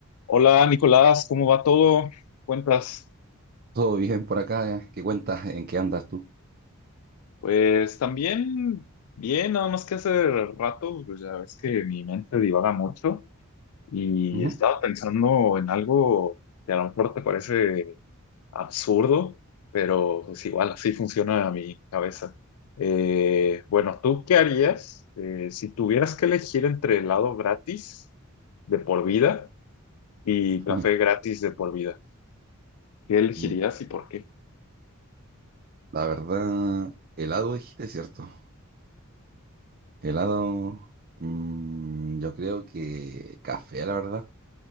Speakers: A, on the left; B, on the right.
A: Hola Nicolás, ¿cómo va todo? ¿Cuentas?
B: Todo bien por acá, eh? ¿Qué cuentas? ¿En qué andas tú?
A: Pues también bien, nada más que hace rato, pues ya ves que mi mente divaga mucho y
B: Ujú.
A: estaba pensando en algo que a lo mejor te parece absurdo, pero pues igual así funciona mi cabeza. Eh, bueno, ¿tú qué harías eh, si tuvieras que elegir entre helado gratis de por vida y
B: <laughs>
A: café gratis de por vida? ¿Qué elegirías
B: Mm,
A: y por qué?
B: La verdad, helado dijiste, ¿cierto? Helado, mm, yo creo que café, la verdad.